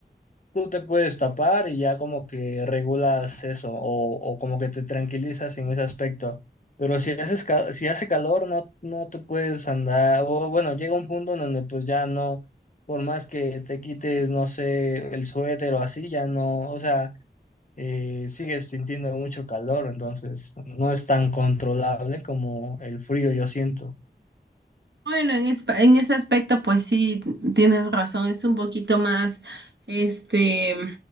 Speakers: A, on the left; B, on the right.
A: tú te puedes tapar y ya como que regulas eso o, o como que te tranquilizas en ese aspecto. Pero si haces, ca- si hace calor, no, no te puedes andar, o bueno, llega un punto en donde pues ya no, por más que te quites, no sé, el suéter o así, ya no, o sea, eh, sigues sintiendo mucho calor, entonces no es tan controlable como el frío, yo siento.
B: Bueno, en, es- en ese aspecto, pues sí, tienes razón, es un poquito más, este,